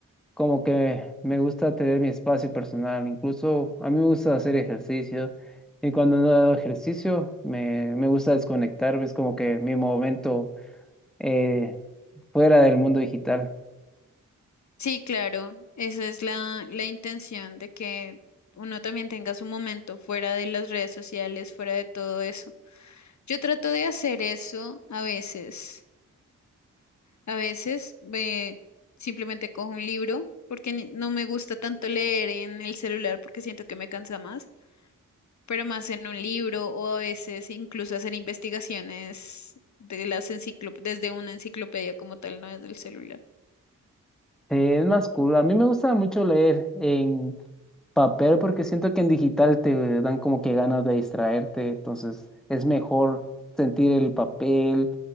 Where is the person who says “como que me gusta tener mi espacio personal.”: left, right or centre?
Centre